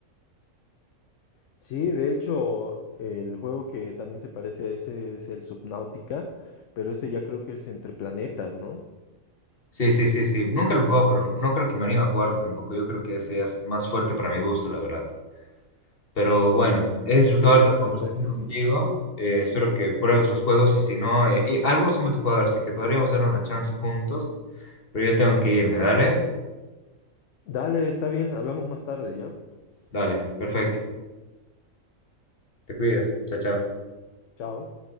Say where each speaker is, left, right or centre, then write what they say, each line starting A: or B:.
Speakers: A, on the left; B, on the left.
A: sí, de hecho, el juego que también se parece a ese es el Subnautica, pero ese ya creo que es entre planetas, ¿no?
B: Sí, sí, sí, sí. Nunca lo he jugado, pero no creo que me anime a jugarlo tampoco. Yo creo que ese ya es más fuerte para mi gusto, la verdad. Pero bueno, he
A: Sí,
B: disfrutado de la
A: la
B: conversación
A: verdad que sí.
B: contigo. Eh, espero que pruebes los juegos y si no, eh, y algunos son multijugador, así que podríamos darle una chance juntos. Pero yo tengo que irme, dale,
A: Dale, está bien, hablamos más tarde, ¿ya?
B: dale, perfecto. Te cuidas, chao, chao.
A: Chao.